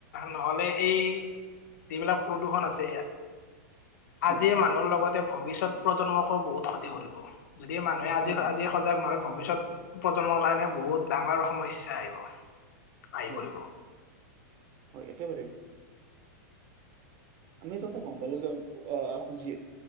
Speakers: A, on the left (about 70°); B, on the right (about 40°).
A: নহ'লে এই যিবিলাক প্ৰদূষণ আছে
B: হয়
A: আজিৰ মানুহৰ লগতে ভৱিষ্যত প্ৰজন্মকো বহুত ক্ষতি কৰিব। যদি মানুহে আজি,
B: হয় হয়
A: আজি সজাগ নহয় ভৱিষ্যত প্ৰজন্মৰ কাৰণে বহুত ডাঙৰ সমস্যা আহিব। আহি
B: হয়,
A: পৰিব
B: হয় একেবাৰে। আমি তহতে গম পালো যে অহ যি